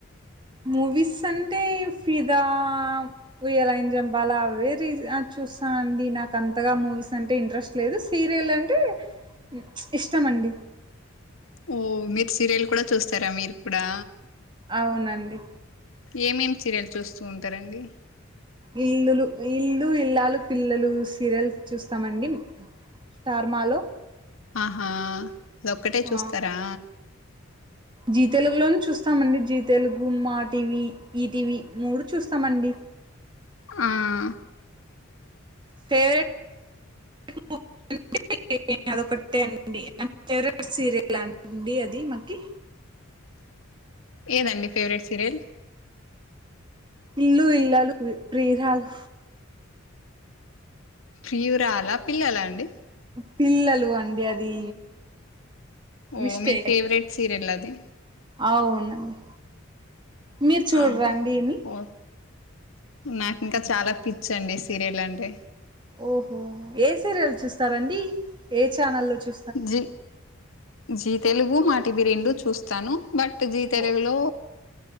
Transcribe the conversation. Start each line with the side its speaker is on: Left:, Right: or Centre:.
Right: మూవీస్ అంటే ఫిదా ఊయలన్ జంపల్ల వేరీజ చూస్తానండి నాకు అంతగా మూవీస్ అంటే ఇంట్రెస్ట్ లేదు సీరియల్ అంటే ఉ ఇష్టమ అండి
Left: ఓ మీరు సీరియల్ కూడా చూస్తారా మీరు కూడా
Right: అవునండి
Left: ఏమేమి సీరియల్ చూస్తూ ఉంటారండి
Right: ఇల్లులు ఇల్లు ఇల్లాలు పిల్లలు సీరియల్ చూస్తామండి స్టార్ మాలో
Left: ఆహా అదొక్కటే
Right: ఆ
Left: చూస్తారా
Right: జీ తెలుగులోను చూస్తామండి Zee Telugu Maa TV E TV మూడు చూస్తామండి
Left: ఆ
Right: ఫేవరె <inaudible> ట్
Left: <inaudible>
Right: <unintelligible> అదొకటే అండి ఫేవరెట్ సీరియల్ అండి అది మకి
Left: ఏదండి ఫేవరెట్ సీరియల్
Right: ఇల్లు ఇల్లలు పి ప్రియురాలు
Left: ప్రియురాలా పిల్లలా అండి
Right: పిల్లలు అండి అది
Left: ఓ
Right: మిస్టేక్
Left: మీ ఫేవరెట్ సీరియల్ అది
Right: అవునండి మీరు చూడ్రాండి
Left: ఆ,
Right: ఏమి
Left: ఓ నాకు ఇంకా చాలా పిచ్చి అండి సీరియల్ అంటే
Right: ఓహో ఏ సీరియల్ చూస్తారండి ఏ చానల్లో చూ
Left: జి జీ తెలుగు మా టిబీ రెండు చూ స్తాను బట్ జీ తెలుగులో
Right: ఓ